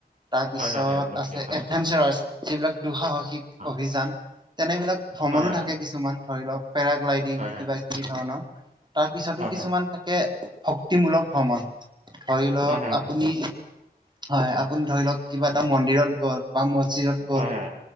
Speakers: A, on the right (about 25°); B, on the right (about 45°).
A: তাৰপিছত
B: হয় হয়, এইবিলাক
A: আছে
B: দেখা মতে
A: এডভেঞ্চাৰ্চ যিবিলাক দুঃসাহসিক
B: হয়
A: অভিযান তেনেবিলাক ভ্ৰমণো
B: হয় হয়
A: থাকে কিছুমান ধৰি ল' ক পেৰাগ্লাইডিং,
B: হয় হয়
A: কিবা- কিবি ধৰণৰ তাৰ পিছতো
B: হয়
A: কিছুমান থাকে ভক্তি-মূলক ভ্ৰমণ ধৰি ল'ক
B: হয় হয় হয়
A: আপুনি
B: ভক্তি হয়
A: হয়, আপুনি ধৰি ল'ক কিবা এটা মন্দিৰত গ'ল বা মছ জিৰত গ'ল
B: হয়